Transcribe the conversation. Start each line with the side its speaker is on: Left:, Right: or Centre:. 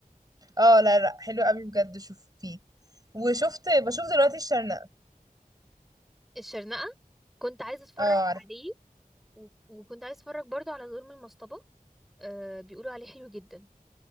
Right: اه لا لا حلو قوي بجد شوفيه وشفت بشوف دلوقتي الشرنقه
Centre: الشرنقه كنت عايزه اتفرج
Right: اه عارف
Centre: عليه و... وكنت عايز اتفرج برضو على دور من المصطبة آه بيقولوا عليه حلو جدا